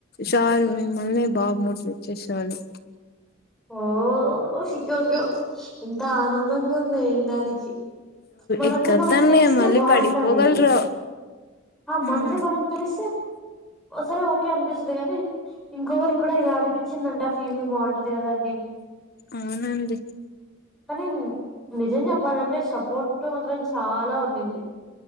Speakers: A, on the left; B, in the centre.
A: సార్ మిమ్మల్ని బాగా మోటివేట్ చేసేవాళ్ళు
B: ఓ ఓషికో యో ఎంత ఆనందంగా ఉందో విన్డానికి మనకి
A: ఎక్కద్దండి
B: మనకు తెలిస్తే
A: మళ్ళీ
B: బాగుంటది
A: పడిపోగలరు
B: ఆ మనది
A: ఉమ్
B: మనకు తెలిస్తే సరే ఓకే అనిపిస్తదిగాని ఇంకోకరికి కూడా ఇలా అనిపిచ్చిందంట ఫీలింగ్ బావుంట <unintelligible>
A: అవునండి
B: కానీ నిజం చెప్పాలంటే సపోర్ట్ మాత్రం చాలా ఉండింది